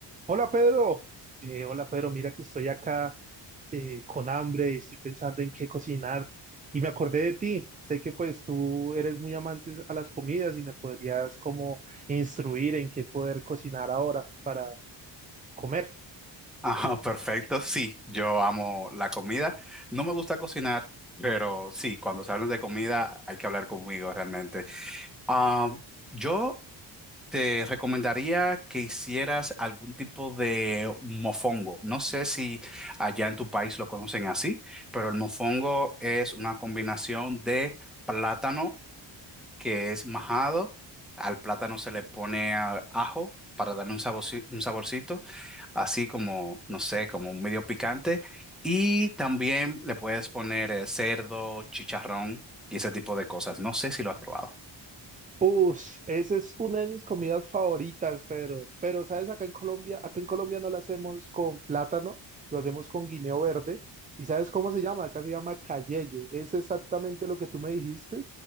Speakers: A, on the right (about 20°); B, in the centre.
A: Hola Pedro, Eh, hola Pedro, mira que estoy acá eh, con hambre y estoy pensando en qué cocinar y me acordé de ti, sé que pues tú eres muy amante a las comidas y me podrías como instruir en qué poder cocinar ahora para comer.
B: Ajá, perfecto. Sí, yo amo la comida. No me gusta cocinar, pero sí, cuando se habla de comida hay que hablar conmigo realmente. Ah, yo te recomendaría que hicieras algún tipo de mofongo. No sé si allá en tu país lo conocen así, pero el mofongo es una combinación de plátano que es majado. Al plátano se le pone ah, ajo para darle un saborci- un saborcito así como, no sé, como un medio picante. Y también le puedes poner eh, cerdo, chicharrón y ese tipo de cosas. No sé si lo has probado.
A: Uf, esa es una de mis comidas favoritas, Pedro. Pero, ¿sabes? Acá en Colombia, acá en Colombia no la hacemos con plátano, lo hacemos con guineo verde. ¿Y sabes cómo se llama? Acá se llama cayeye. Es exactamente lo que tú me dijiste.